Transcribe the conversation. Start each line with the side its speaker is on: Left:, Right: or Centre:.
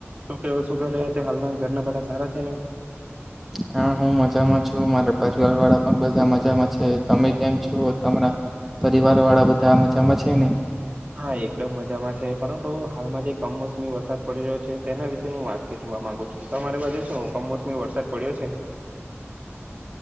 Right: શ કેવો શું કર રહ્યા? હાલના ઘરના બટા સારા છે ને?
Centre: હા હું મજામાં છું મારા પરિવાર વાળા પણ બધા મજામાં છે તમે કેમ છો તમારા, પરિવાર વાળા બધા મજામાં છે ને?
Right: હા એકદમ મજામાં છે પરંતુ હાલમાં જે કમોસમી વરસાદ પડી રહ્યો છે તેના વિશેે હું વાત કરવા માંગુ છું તમારે વાસે શું કમોસમી વરસાદ પડ્યો છે?